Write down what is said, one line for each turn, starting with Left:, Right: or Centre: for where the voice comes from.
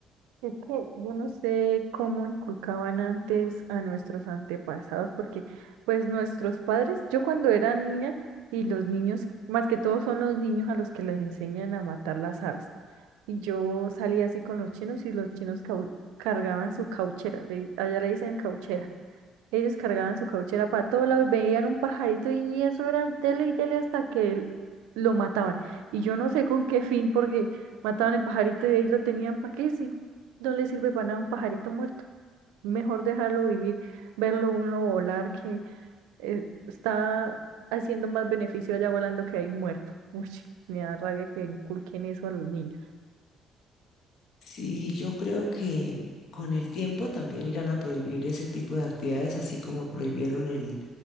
Right: Es que yo no sé cómo inculcaban antes a nuestros antepasados, porque pues nuestros padres, yo cuando era niña y los niños, más que todo son los niños a los que les enseñan a matar las aves. Y yo salía así con los chinos y los chinos cau- cargaban su cauchera, le- allá le dicen cauchera. Ellos cargaban su cauchera para todo lado y veían un pajarito y eso era dele y dele hasta que l- lo mataban. Y yo no sé con qué fin, porque mataban el pajarito y ahí lo tenían para qué si no le sirve para nada un pajarito muerto. Mejor dejarlo vivir, verlo uno volar, que eh, está haciendo más beneficio allá volando que ahí muerto. Uy, me da rabia que inculquen eso a los niños.
Left: Sí, yo creo que con el tiempo también irán a prohibir ese tipo de actividades, así como prohibieron el,